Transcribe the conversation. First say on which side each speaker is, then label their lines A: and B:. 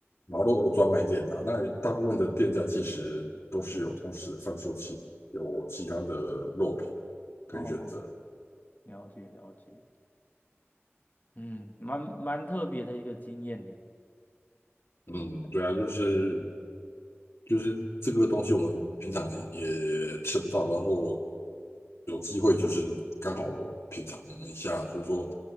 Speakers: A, on the left; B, on the left.
A: 马路欧专卖店啊，那大部分的店家其实都是有同时贩售其有其他的肉品可以选择。
B: 哦，了解了解，嗯，蛮蛮特别的一个经验呢。
A: 嗯，对啊，就是就是这个东西我们平常也吃不到，然后有机会就是刚好品尝一下，就是说